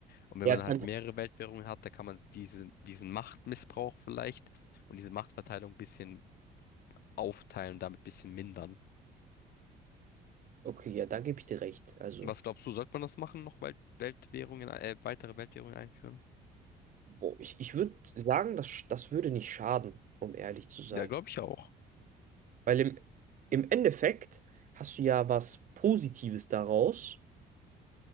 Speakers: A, on the left; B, on the right.
A: Und wenn
B: Ja,
A: man
B: das
A: halt
B: kann ich.
A: mehrere Weltwährungen hat, da kann man diese, diesen Machtmissbrauch vielleicht und diese Machtverteilung ein bisschen aufteilen, damit ein bisschen mindern.
B: Okay, ja, da gebe ich dir recht. Also,
A: Was glaubst du, sollte man das machen, noch Welt, Weltwährungen, äh, weitere Weltwährungen einführen?
B: boah, ich, ich würde sagen, das, das würde nicht schaden, um ehrlich zu sein.
A: Ja, glaube ich auch.
B: Weil im, im Endeffekt hast du ja was Positives daraus,